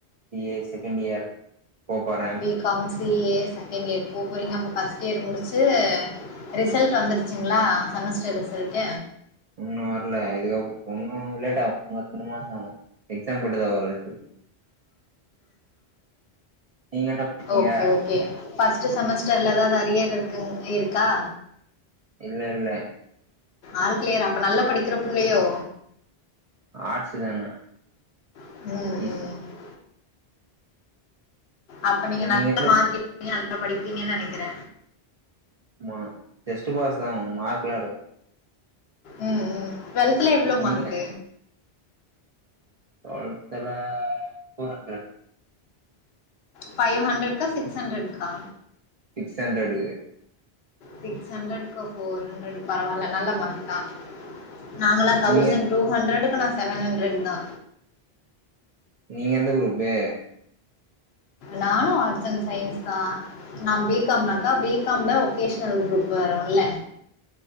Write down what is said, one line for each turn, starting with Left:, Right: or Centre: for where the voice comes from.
Right: C A second year போப்போறே
Left: B com C A second year போப்போறீங்க அப்ப ஃபர்ஸ்ட் இயர் முடிச்சு ரிசல்ட் வந்துருச்சிங்களா செமஸ்டர் ரிசல்ட்
Right: இன்னு வரல இதுக்கப்றோ இன்னு லேட்டாவு ஒரு ரெண்டு மாசம் ஆவு எக்ஸாம் கிட்டதா வரு ரிசல் நீங்க என்ன படிச்சீங்க
Left: ஓகே ஓகே ஃபர்ஸ்ட் செமஸ்டர்ல ஏதாவது அரியர் இருக்குங் இருக்கா
Right: இல்ல இல்ல
Left: ஆள் கிளியரா அப்ப நல்ல படிக்கிற பிள்ளையோ
Right: ஆட்ஸ் தான
Left: ம், ம்
Right: ஈஸி
Left: அப்ப நீங்க
Right: ஓ
Left: நல்லா
Right: வந்து
Left: மார்க் எடுப்பிங்க நல்லா படிப்பீங்கன்னு நெனைக்கிற
Right: ம்மா ஜெஸ்ட் பாஸ்தா மார்க் லா எடுக்க
Left: ம் ம் டுவெல்த்ல எவ்ளோ
Right: நீங்க
Left: மார்க்
Right: டுவெல்த்ல ஃபோர் ஹண்ட்ரட்
Left: ஃப்வ் ஹண்ட்ரட்க்கா சிக்ஸ் ஹண்ட்ரட்க்கா
Right: சிக்ஸ் ஹண்ட்ரட்க்கு
Left: சிக்ஸ் ஹண்ட்ரட்க்கு ஃபோர் ஹண்ட்ரட் பரவாயில்ல நல்ல மார்க்கு தா நாங்கல்லா தௌசண்ட்
Right: நீங்க
Left: டூ ஹண்ட்ரடுக்குா நா செவன் ஹண்ட்ரட்தா
Right: நீங்க எந்த குரூப்பு
Left: நானு ஆர்ட்ஸ் அண்ட் சயின்ஸ் தா நா பி காம்னாக்கா பி காம்ல ஒகேஷனல் குரூப் வரும்ல